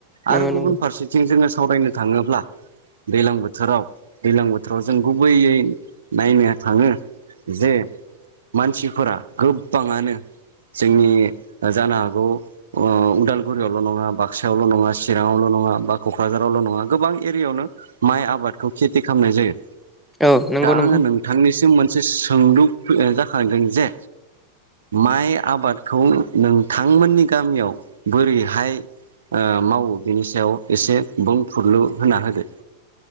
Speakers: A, in the centre; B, on the right (about 65°).
A: नंगौ
B: आरो गुबुन
A: नंगौ
B: फारसेथिं जोङो सावरायनो थाङोब्ला दैलां बोथोराव दैज्लां बोथोराव जों गुबैयै नायनो थाङो जे मानसिफोरा गोबाङानो जोंनि जानो हागौ उदालगुरियाव ल' नङा बागसायावल' नङा चिराङावल' नङा बा क'क्राझारावल' नङा गोबां एरियायावनो माइ आबादखौ खेथि खालामनाय जायो
A: औ नंगौ
B: दा
A: नंगौ
B: आङो नोंथांनिसिम मोनसे सोंलु जाखांदों जे माइ आबादखौ नोंथांमोननि गामियाव बोरै हाय ओ मावो बिनि सायाव एसे बुंफोरलु होना होदो।